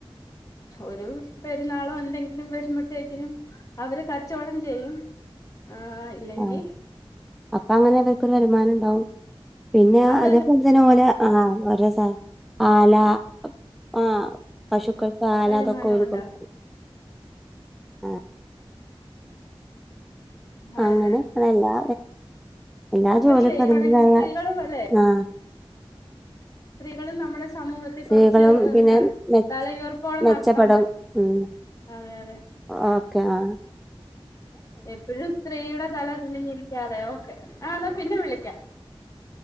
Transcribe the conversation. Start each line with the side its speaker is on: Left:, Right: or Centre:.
Left: ഒരു പെരുന്നാളോ എന്തെങ്കിലും വരുമ്പത്തേക്കിനും അവര് കച്ചവടം ചെയ്യും ആ ഇല്ലെങ്കി
Centre: ആ അപ്പൊ അങ്ങനെ അവർക്കൊരു വരുമാനം ഉണ്ടാവും പിന്നെ
Left: അവര്
Centre: അതേപോലെ തന്നെ ഓല ആ ഓരോ സാധനം ആല ആ പശുക്കൾക്ക് ആല
Left: വരുമാനം
Centre: അതൊക്കെ ഓല്
Left: ഉണ്ടാവും
Centre: കൊടുക്കും ആ
Left: അതെ
Centre: അങ്ങനെ ആ എല്ലാ എല്ലാ ജോലിയൊക്കും
Left: ചെയ്യുവാണെങ്കിൽ
Centre: അതിന്റേതായ
Left: സ്ത്രീകളും അല്ലേ
Centre: ആ
Left: സ്ത്രീകളും നമ്മുടെ സമൂഹത്തിൽ
Centre: സ്ത്രീകളും
Left: കുറച്ച്
Centre: പിന്നെ
Left: പിന്ന
Centre: മെ
Left: തലയുറപ്പോടെ
Centre: മെച്ചപ്പെടും
Left: നടത്താൻ പറ്റും
Centre: ഉം
Left: അതെ അതെ
Centre: ഓക്കെ ആ
Left: എപ്പോഴും സ്ത്രീയുടെ തല കുനിഞ്ഞിരിക്കാതെ ഓക്കെ ആണോ പിന്നെ വിളിക്കാം